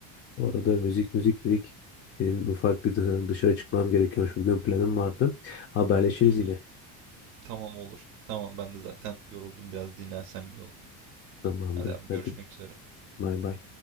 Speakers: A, on the left; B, on the right.
A: Bu arada müzik müzik dedik. Benim ufak bir dışarı dışarı çıkmam gerekiyormuş. Bugün planım vardı. Haberleşiriz
B: Hı hı.
A: yine.
B: Tamam olur. Tamam ben de zaten yoruldum biraz dinlensem iyi olur.
A: Tamamdır.
B: Hadi abi
A: Hadi
B: görüşmek üzere.
A: bay bay.